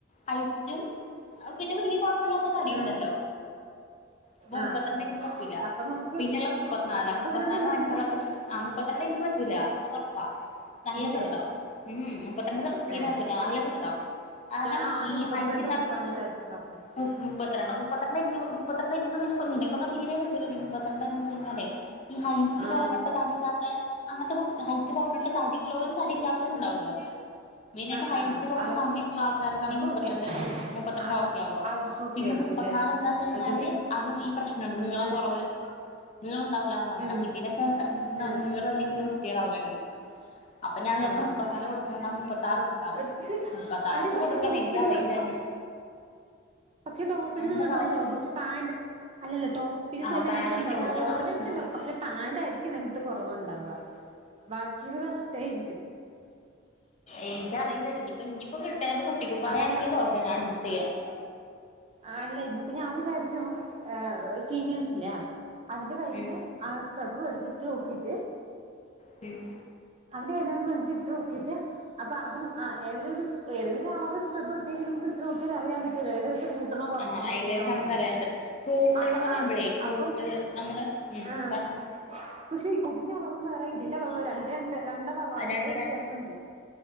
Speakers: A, on the left (about 35°); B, on the right (about 30°).
A: ഹൈറ്റും പിന്നെ വെല്ല്യ കൊഴ ഇപ്പല്ലാത്ത തടി
B: ഉം
A: ഇണ്ടല്ലോ അപ്പൊ
B: ആഹ്
A: മുപ്പത്ത് രണ്ട് എനിക്ക് പറ്റൂല.
B: അപ്പൊ നമുക്ക്
A: പിന്നെള്ള മു മുപ്പത്തിനാല്
B: മുപ്പത്തിരണ്ടല്ലല്ലോ
A: മുപ്പത്തിനാല് വാങ്ങിച്ചാനുള്ള
B: വ
A: പ്രശ്നം ആഹ് മുപ്പത്തിരണ്ട് എനിക്ക് പറ്റൂല അത് ഉറപ്പാ നല്ല
B: ഇല്ലേ
A: ചെറുതാ പിന്നെ മുപ്പത്തിരണ്ട് തീരെ
B: ഏഹ്
A: പറ്റൂല്ല നല്ല ചെറുതാ കാരണം
B: ഞാൻ ആദ്യം
A: ഈ
B: മുപ്പത്തിരണ്ട്
A: ഹൈറ്റ് ഇല്ലാത്ത
B: കൊടുക്കാന്ന്
A: കുട്ട്
B: വിചാരിച്ചിണ്ടായിരുന്നു
A: മ്മ് മ് മുപ്പത്തിരണ്ട് മുപ്പത്തിരണ്ട് എനിക്ക് മുപ്പത്തി രണ്ട് എനിക്കും നിഅനക്കൊന്നും തീരെേ പറ്റൂലടി മുപ്പത്തിരണ്ടന്ന് വെച്ചഴിഞ്ഞാലേ ഈ ഹൈറ്റ്
B: ആഹ്
A: കുറഞ്ഞിട്ട് തടില്ലാത്തെ അങ്ങനത്തെ കു ഹൈറ്റ് കുറഞ്ഞിട്ട് തടി ഉള്ളവരും തടില്ലാത്തവരും ഉണ്ടാവല്ലോ മെയിനായിട്ട്
B: ആഹ്
A: ഹയ്റ്റ്
B: ആഹ്
A: കുറച്ച്
B: അവ
A: കമ്മി ആയിട്ടുള്ള ആൾക്കാരൊക്കൊണെങ്കി
B: അവർക്കൊക്കെ
A: മുപ്പത്തിരണ്ട് മുപ്പത്തി രണ്ട്
B: അവ
A: ഒക്കെ ആവുള്ളു
B: അവർക്കൊക്കെ
A: പിന്നെ
B: ആയിരിക്കുംല്ലേ
A: മുപ്പത്തിനാല് എന്താ വച്ചഴിഞ്ഞാല്
B: അതിപ്പി
A: അതും ഈ പ്രശ്ണണ്ട് നീളം
B: ഉം
A: കുറവ് നീളുണ്ടാവൂല്ല എന്ന് പറഞ
B: ഉം
A: അപ്പൊ ഇതിനക്കെ
B: ഉം
A: നീളല്ലെങ്കി പിന്നെ വൃത്തിയോവില്ലാണ്ടെങ്കിൽ അപ്പൊ ഞാൻ വിചാരിച്ചു
B: ആഹ്
A: മുപ്പത്തിനാല് കൊടുക്കണ്ണം മുപ്പത്താറ് കൊടുക്ക
B: പക്ഷെ
A: മുപ്പത്താറ
B: അടി
A: ഒക്കെ
B: പക്ഷെ
A: കൊടുക്കണ്ണം
B: ടോപ്പിന്
A: എനിക്കറില്ല
B: പക്ഷ
A: ഇനി
B: പക്ഷെ ടോപ്പിന്
A: എന്താ
B: നീളം
A: പറയ്
B: ഉണ്ടാവും പക്ഷെ പാന്റ് അല്ല ല്ല ടോപ്പിന്ന്
A: ആഹ്
B: ലെങ്ത്
A: പാന്റിന്റെ
B: ഇണ്ടാവും
A: കാര്യാണ്
B: ടോപ്പിൽ
A: പ്രശ്നം
B: പക്ഷെ പാന്റ് ആയിരിക്കും ലങ്ത്ത് കൊറവുണ്ടാവ വാൾക്കിത്‌ പറഞ്ഞിട്ട്
A: എനിക്കറിയില്ല ഇന്നിപ്പ ഇനിയിപ്പോ കിട്ടാണ്ട് കുട്ടി കുപ്പയാന്നെങ്കിൽ
B: അപ്പൊ
A: ഓക്കേയാണ് അഡ്ജസ്റ്റ് ചെയ്യാം
B: ആ അല്ല ഇനിയിപ്പ ഞാൻ വിചാരിച്ചു. ഏഹ്, സീനിയേഴ്സ് ഇല്ലേ അവര്ടെ കയ്യ്ന്ന്
A: ഉം
B: ആഹ് സ്ക്രബ് അടിച്ചിട്ട് നോക്കിട്ട്
A: ട്ടിന്
B: അവിടെരുന്നത അഞ്ജ്ട്ട് നോക്കിട്ട് അപ്പ അപ്പ നം ആഹ് ഏതൊരു സ് എതെങ്കിലൊരു അളവ് സ്ടപെട്ടീനെങ്ങി നമ്മക്ക് ഇട്ട് നോക്കിയ അറിയാ പറ്റല്ലോ ഏകദേശം കൂ വേട്ടണോ കൊറക്കണോ
A: ആഹ് ഏകദേശം
B: എന്തിയെണോ
A: നമുക്കറിയാണ്ട്
B: എന്നുള്ളത്
A: കോട്ട്ന്ന്
B: അപ്പൊ
A: പറയുമ്പഴേ
B: ആഹ്
A: കോട്ട്
B: അപ്പം
A: നമ്മള് ഉം
B: ആഹ്
A: പറഞ്ഞോ
B: പക്ഷെ ഈക്കൂട്ടിന്റെ അളവും വേറെ ഇതിന്റെ അളവ് വേറെ രണ്ട് ര ത് രണ്ടളവാണ് എന്നത്
A: രണ്ട്
B: വ്യത്യാസണ്ട്